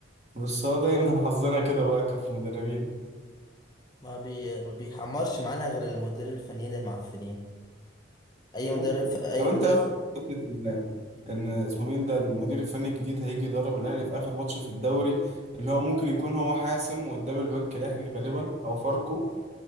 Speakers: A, on the right; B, on the left.
A: بس هو دايما <laughs> حظنا كده بقى كف مدربين
B: ما بي ما بيحمرش معانا غير المدير الفنيين المعفنين اي
A: مم.
B: مدرب اي
A: طب انت
B: مدير
A: ايه رأيك في فكرة ال- ان اسمه مين ده المدير الفني الجديد هيجي يدرب الاهلي في اخر ماتش في الدوري اللي هو ممكن يكون هو حاسم وقدام البنك الاهلي غالبا او فاركو